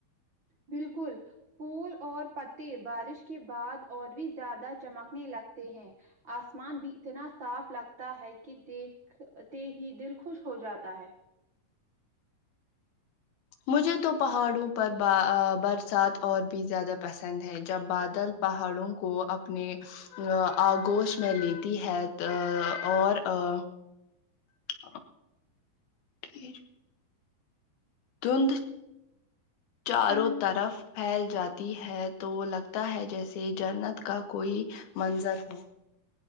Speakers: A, on the right; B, on the left.
A: بالکل پھول اور پتے بارش کے بعد اور بھی زیادہ چمکنے لگتے ہیں آسمان بھی اتنا صاف لگتا ہے کی دیکھ تے ہی دل خوش ہو جاتا ہے
B: مجھے تو پہاڑوں پر ب برسات اور بھی زیادہ پسند ہے جب بادل پہاڑوں کو اپنے آگوش میں لیتی ہے اور آ <unintelligible> دند چاروں
A: ہوں
B: طرف پھیل جاتی ہے تو لگتا ہے جیسے جنت کا کوئی منظر ہو